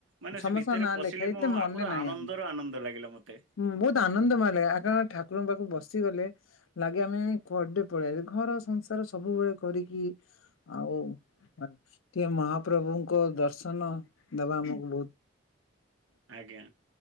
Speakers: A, on the right; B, on the left.
A: ମାନେ
B: ସମସ୍ତଙ୍କ
A: ସେ ଭିତରେ
B: ନାଁ
A: ପଶିଲି
B: ଲେଖା ଏତେ
A: ମୁଁ
B: ମନେ
A: ପୁରା
B: ନାହିଁ
A: ଆନନ୍ଦର
B: ଆମର।
A: ଆନନ୍ଦ ଲାଗିଲା ମୋତେ।
B: ବହୁତ ଆନନ୍ଦ ମୟ ଲାଗେ ଆଗ ଠାକୁରଙ୍କ ପାଖକୁ ବସିଗଲେ ଲାଗେ ଆମେ କୁଆଡେ ପଳେଇଆସିଲେ ଘର ସଂସାର ସବୁବେଳେ କରିକି ଆଉ ଟିକେ ମହାପ୍ରଭୁଙ୍କ ଦର୍ଶନ ଦେବା ଆମ <inaudible>
A: ଆଜ୍ଞା